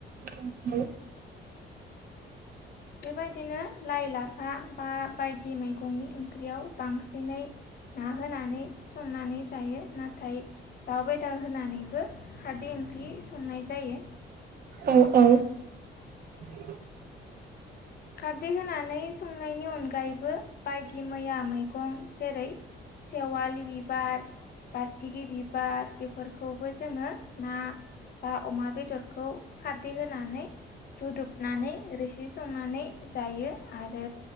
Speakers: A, on the right (about 50°); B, on the left (about 50°).
A: बे
B: बेबायदिनो लाइ लाफा बा बायदि मैगंनि ओंख्रियाव बांसिनै ना होनानै संनानै जायो नाथाय दाउ बेदर होनानैबो खारदै ओंख्रि संनाय जायो
A: औ औ <unintelligible>
B: खारदै होनानै संनायनि अनगायैबो बायदिमैया मैगं जेरै सेवालि बिबार बासिगि बिबार बेफोरखौबो जोङो ना बा अमा बेदरखौ खारदै होनानै रुदुबनानै रोसि संनानै जायो आरो